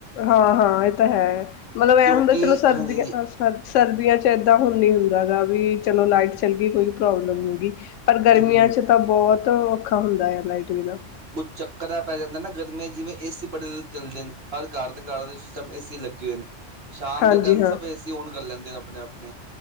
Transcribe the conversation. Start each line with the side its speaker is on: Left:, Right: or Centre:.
Left: ਹਾਂ-ਹਾਂ ਇਹ ਤਾਂ ਹੈ, ਮਤਲਬ ਐਂ
Right: ਕਿਉਂਕਿ
Left: ਹੁੰਦਾ ਚਲੋ ਸਰਦੀਆਂ
Right: ਹਾਂਜੀ ਹਾਂਜੀ
Left: ਅਸੀਂ ਪਰ ਸਰਦੀਆਂ ਚ ਇੱਦਾਂ ਹੁੰਦੀ ਹੁੰਦੀ ਜਿਆਦਾ ਵੀ ਚਲੋ ਲਾਈਟ ਚੱਲ ਗਈ ਕੋਈ ਪ੍ਰੋਬਲਮ ਨਹੀਂ ਗੀ ਪਰ ਗਰਮੀਆਂ
Right: ਹੂੰ
Left: ਚ ਤਾਂ ਬਹੁਤ ਔਖਾ ਹੁੰਦਾ ਆ ਲਾਈਟ ਬਿਨਾਂ।
Right: ਕੁਝ ਚੱਕਰ ਐ ਪੈ ਜਾਂਦਾ ਨਾ ਗਰਮੀਆਂ ਜਿਵੇਂ ਏਸੀ ਬੜੇ ਚੱਲਦੇ ਨੇ ਹਰ ਘਰ ਦੇ ਘਰ ਦੇ ਵਿੱਚ ਸਭ ਏ ਸੀ ਲੱਗੇ ਹੋਏ ਨੇ। ਸ਼ਾਮ
Left: ਹਾਂਜੀ
Right: ਦੇ ਟਾਈਮ
Left: ਹਾਂ
Right: ਸਭ ਏ ਸੀ ਓਨ ਕਰ ਲੈਂਦੇ ਆਪਣੇ-ਆਪਣੇ।